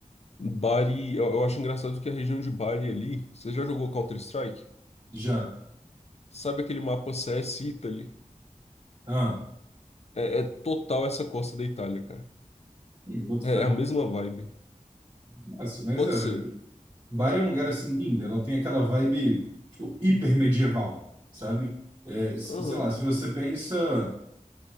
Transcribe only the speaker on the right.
já.
Ah,
hum, boto
fé.
Nossa, mas
é,
velho. Bari é um lugar assim lindo. Ela tem aquela vibe, tipo, hiper medieval, sabe? É, s-
sei lá, se você pensa.